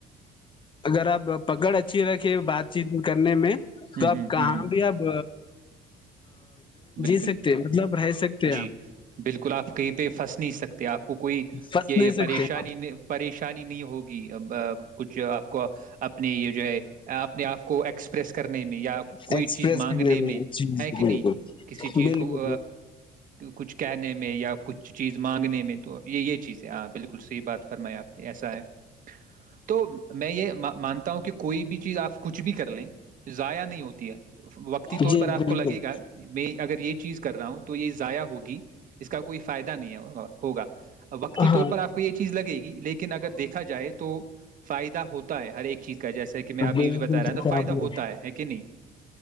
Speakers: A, on the left; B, on the right.
A: اگر آپ پکڑ اچھی رکھیں بات چیت کرنے میں
B: ہوں،
A: تو اپ
B: ہوں،
A: کہاں
B: ہوں،
A: بھی اب
B: بالکل
A: سکتے ہیں مطلب رہ سکتے
B: جی
A: ہیں آپ
B: بالکل آپ کہیں پہ پھنس نہیں سکتے آپ کو کوئی
A: پھنس
B: یہ
A: نہیں
B: پریشانی
A: سکتے آپ
B: پریشانی نہیں ہوگی کچھ آپ کو اپنے یہ جو ہے اپنے آپ کو ایکس پریس کرنے میں یا کوئی
A: ایکسپریس
B: چیز مانگنے
A: کرنے
B: میں
A: جی
B: ہے کہ
A: بالکل
B: نہیں کسی چیز
A: بالکل
B: کو کچھ کہنے میں یا کچھ چیز مانگنے میں تو یہ یہ چیز ہے ہ بالکل صحیح بات فرمائے آپ نے ایسا ہے تو میں یہ مانتا ہوں کہ کوئی بھی چیز آپ کچھ بھی کر لیں ضائع نہیں ہوتی ہے وقت طور
A: جی جی
B: پر آپ
A: بالکل
B: کو لگے گا میں اگر یہ چیز کر رہا ہوں تو یہ ضائع ہوگی اس کا کوئی فائدہ نہیں ہوگا وقتی
A: ہاں
B: طور پر آپ کو یہ چیز لگے گی لیکن اگر دیکھا جائے تو فائدہ ہوتا ہے ہر ایک چیز جیسا کہ میں ابھی
A: بالکل
B: بھی بتا رہا
A: دیکھا
B: ہ تو فائدہ
A: آپ نے
B: ہوتا ہے کہ نہیں